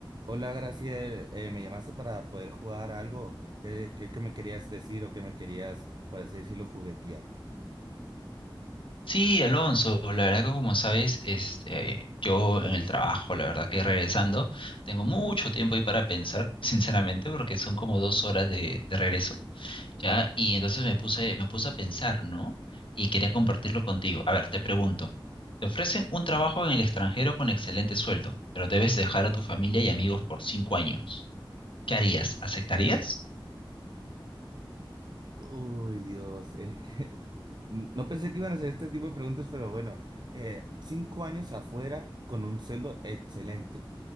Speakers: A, on the right (about 55°); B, on the left (about 75°).
A: Hola, Graciel, eh, me llamaste para poder jugar algo. ¿Qué, qué- qué me querías decir o qué me querías, por así decirlo, juguetear?
B: Sí, Alonso, la verdad que como sabes, este, yo en el trabajo, la verdad que regresando, tengo mucho tiempo ahí para pensar, <laughs> sinceramente, porque son como dos horas de, de regreso, ¿ya? Y entonces me puse, me puse a pensar, ¿no? Y quería compartirlo contigo. A ver, te pregunto, te ofrecen un trabajo en el extranjero con excelente sueldo, pero debes dejar a tu familia y amigos por cinco años. ¿Qué harías? ¿Aceptarías?
A: Uy, Dios. eh, <laughs> n- no pensé que iban a hacer este tipo de preguntas, pero bueno, eh, cinco años afuera con un sueldo excelente.